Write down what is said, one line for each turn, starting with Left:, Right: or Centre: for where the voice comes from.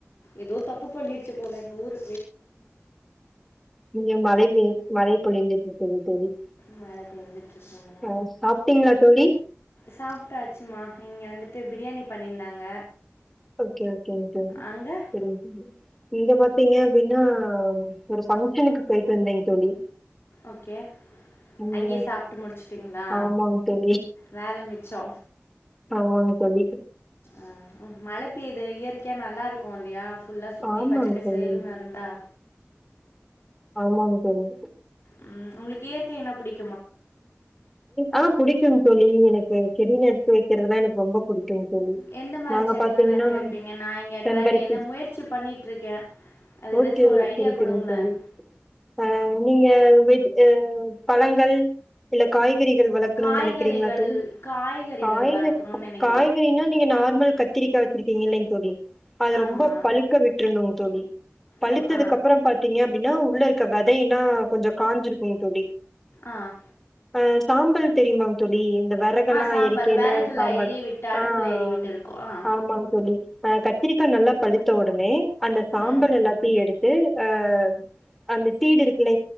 Left: எதோ தப்பு பண்ணிடுச்சு போல எங்க ஊரு.
Centre: இங்க மழை பெய்து மழை. பொழிந்திட்ருக்குது தோழி.
Left: மழை பெஞ்சுட்டு இருக்கீங்களா
Centre: ஆ சாப்பிட்டீங்களா தோழி
Left: சாப்டாச்சுமா இங்க வந்துட்டு பிரியாணி பண்ணியிருந்தாங்க.
Centre: ஒகே ஒகே ஒகே
Left: அங்கே
Centre: புரியுது இங்க பாத்தீங்க அப்டின்னா ஒரு சங் கிச்சனுக்கு போய்ட்டு வந்தேங் தோழி
Left: ஓகே
Centre: இங்க
Left: அங்கயே சாப்ட்டு முடிச்சுட்டீங்களா
Centre: ஆமாங்க தோழி
Left: வேல மிச் சோ
Centre: ஆமாங்க தோழி
Left: ஆ உம் மழ பெய்யுது இயற்கையா நல்லா இருக்கும் இல்லயா ஃபுல்லா சுத்தி
Centre: ஆமாங்க
Left: பச்ச பசேல்னு
Centre: தோழி
Left: இருந்தா
Centre: ஆமாங்க தோழி
Left: உம், உங்களுக்கு இயற்கை என்ன பிடிக்
Centre: ஆஹ் புடிக்கும் தோழி எனக்கு செடி நட்டு வைக்கிறதுனா எனக்கு ரொம்ப பிடிக்கு சொல்லுங்க தோழி
Left: எந்த மாதிரி
Centre: நாங்க
Left: செடிலாம்
Centre: பாத்தீங்கனா
Left: நட்டு வைப்பீங்க நான் இங்கே
Centre: செம்பருத்தி
Left: ட்ரை எதை முயற்சி பண்ணிட்டு இருக்கேன் அது ஏதாச்சும்
Centre: ஓகே
Left: ஒரு ஐடியா
Centre: சேரி
Left: கொடுங்களேன்
Centre: சேரிங்க தோழி ஆஹ் நீங்க வெஜ் அஹ் பழங்கள் இல்ல காய் கீரைகள் வளர்க்கணும்னு
Left: காய்கறிகள்
Centre: நினைக்கிறீங்களா தோழி
Left: காய்கறிகள்
Centre: காய்கறி
Left: வளர்க்கணும்னு நினைக்கிறேன்
Centre: காய்கறின்னா நீங்க நார்மல் கத்திரிக்காய் வச்சிருக்கீங்க இல்லங்க தோழி அது
Left: ஆமாம்
Centre: ரொம்ப பழுக்க விட்டுருனு தோழி பழுத்ததுக்கு
Left: ஓ ஆ
Centre: அப்புறம் பாத்தீங்க அப்படின்னா, உள்ள இருக்க விதைல்லாம் கொஞ்சம் காஞ்சிருக்கும், தோழி
Left: ஆஹ்
Centre: ஆஹ சாம்பல் தெரியுமா தோழி இந்த வரகலாம்
Left: ஆ சாம்பல்
Centre: எரிக்கையில
Left: விறகுல
Centre: சாம்பல்
Left: எரிய விட்டு அடுப்பில்
Centre: ஆஹ்
Left: எரிய விட்டு இருக்கோம் ஆ
Centre: ஆமா தோழி, அஹ் கத்திரிக்காய் நல்லா பழுத்த உடனே அந்த சாம்பல்
Left: ம்
Centre: எல்லாத்தையும் எடுத்து, அஹ் அந்த சீடு இருக்கல